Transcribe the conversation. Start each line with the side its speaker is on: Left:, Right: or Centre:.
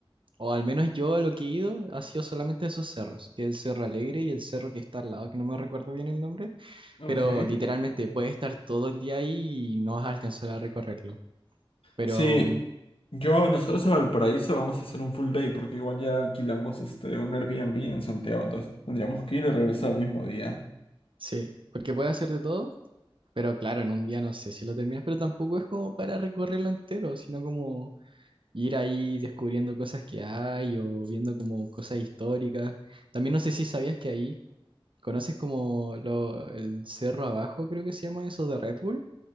Right: O al menos yo a lo que he ido ha sido solamente a esos cerros, que es el Cerro Alegre y el cerro que está al lado, que no me recuerdo bien el nombre,
Left: Ok.
Right: pero literalmente puedes estar todo el día ahí y no vas a alcanzar a recorrerlo. Pero
Left: Sí,
Right: mm,
Left: yo, nosotros a Valparaíso vamos a hacer un full day porque igual ya alquilamos este, un Airbnb en Santiago, entonces tendríamos que ir y regresar al mismo día.
Right: sí, porque puedes hacer de todo, pero claro, en un día no sé si lo terminas, pero tampoco es como para recorrerlo entero, sino como ir ahí descubriendo cosas que hay o viendo como cosas históricas. También no sé si sabías que ahí conoces como lo, el cerro abajo, creo que se llama eso de Red Bull.